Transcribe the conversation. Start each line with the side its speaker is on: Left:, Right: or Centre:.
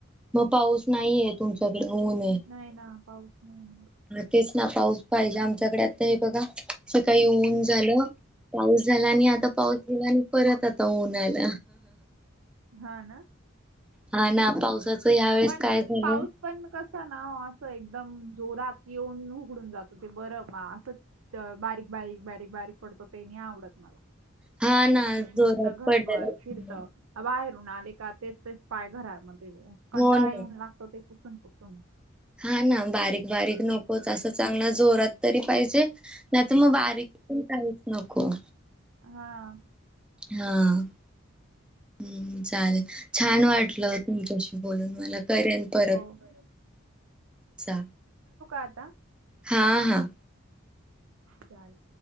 Centre: मग पाऊस नाहीये तुमच्याकडे ऊनय.
Right: नाही ना पाऊस नाही
Centre: तेच ना पाऊस पाहिजे आमच्याकडे आता हे बघा सकाळी ऊन झालं. पाऊस झाला आणि आता पाऊस झाला आणि परत आता ऊन आल.
Right: हां ना
Centre: हा ना पावसाचं ह्या वेळेस
Right: पण
Centre: काय झालं.
Right: पाऊस पण कसं ना असं एकदम जोरात येऊन उघडून जातो ते बरं बा असंच बारीक बारीक बारीक बारीक पडतो ते नाही आवडत मला.
Centre: हा ना
Right: चिपचिप
Centre: जोरात
Right: निसत
Centre: पडलेला.
Right: घरभर फिरत. बाहेरून आले का तेच तेच पाय घरामध्ये कंटाळ
Centre: हो ना
Right: येऊन लागतो ते पुसून पुसून.
Centre: हां ना बारीक बारीक नकोच असा चांगलंच जोरात तरी पाहिजे नाही तर मग बारीक पण काहीच नको.
Right: हां
Centre: हां चालेल. छान वाटलं तुमच्याशी बोलून मला करेन परत.
Right: बरं
Centre: चा
Right: आता?
Centre: हां हां
Right: चालेल